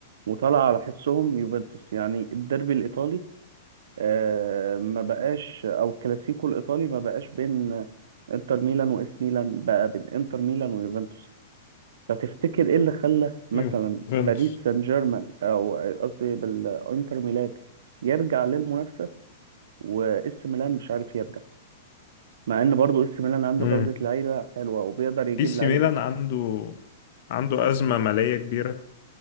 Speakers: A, on the right; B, on the left.
A: وطلع على حسهم يوفنتوس يعني الديربي الايطالي آه، ما بقاش او الكلاسيكو الايطالي ما بقاش بين انتر ميلان واس ميلان بقى بين انتر ميلان ويوفنتوس فتفتكر ايه اللي خلى مثلا
B: يوفنتوس
A: باريس سان جيرمان او قصدي بالانتر ميلان يرجع للمنافسه واس ميلان مش عارف يرجع مع ان برضو اس ميلان عنده
B: امم
A: جوده لعيبه حلوه وبيقدر يجيب
B: اي سي
A: لعيبه
B: ميلان عنده عنده أزمة مالية كبيرة